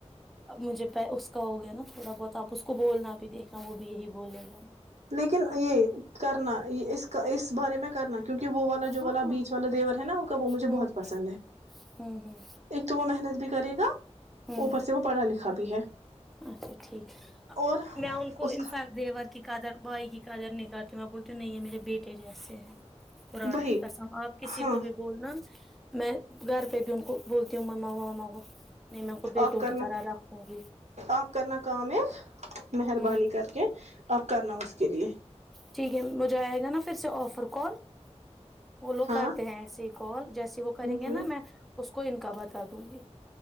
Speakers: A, in the centre; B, on the right (about 75°).
A: مجھے پ اس کا ہو گیا نا تھوڑا بہت آپ اس کو بولنا بھی دیکھنا وہ بھی یہی بول رہے گا نا
B: لیکن یہ کرنا اس کا اس بارے میں کرنا کیا کیہ وہ والا جو
A: ہاں
B: والا بیچ والا دیور ہے نا آپ کا وہ مجھے
A: ہوں
B: بہت پسند ہے
A: ہوں ہوں
B: ایک تو وہ محنت بھی کرے گا
A: ہوں
B: اوپر سے وہ پڑھا لکھا بھی ہے
A: اچھا ٹھیک
B: اور
A: میں انن کو
B: اس
A: انفیکٹ
B: کا
A: دیور کی کا قدر بھائی کی قدر نہیں کرتی میں بولتی نہیں یہ میرے بیٹے جیسے ہیں قرآن
B: وہی
A: کی قسم آپ کسی
B: ہاں
A: کو بھی بولنا میں گھر پہ بونن کو بولتیوں مماا وما گو نہیں میں ان کو بیٹوں
B: آپ کرنا
A: کی طرح رکھوں گی
B: آپ کرنا کام ایک مہربانی
A: ہوں
B: کر کے آپ کرنا اس کے لیے
A: ٹھیک ہے مجھے آئے گا نا پھر سے آفر کون وہ لوگ
B: ہاں
A: کرتے ہیں اس کال جیسی وہ کریں
B: ہ
A: گے
B: ہ
A: نا میں اس کو ان کا بتا دوں گی <unintelligible>